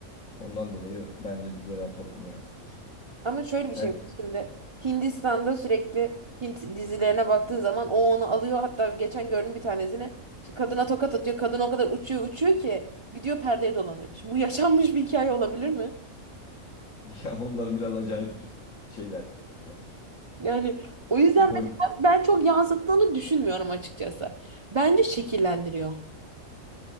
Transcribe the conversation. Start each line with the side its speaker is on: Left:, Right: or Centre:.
Left: Ondan dolayı bence dizeler toplumu yansıtır.
Right: Ama şöyle
Left: Sen
Right: bir şey var
Left: <laughs>
Right: şimdi. Hindistan'da sürekli Hint dizilerine baktığın zaman o onu alıyor. Hatta geçen gördüm bir tanesini. İşte kadına tokat atıyor. Kadın o kadar uçuyor uçuyor ki gidiyor perdeye dolanıyor. Şimdi bu <laughs> yaşanmış bir hikaye olabilir mi?
Left: ya onlar biraz acayip şeyler yapıyorlar.
Right: Yani o yüzden
Left: O bol
Right: mesela ben çok yansıttığını düşünmüyorum açıkçası. Bence şekillendiriyor.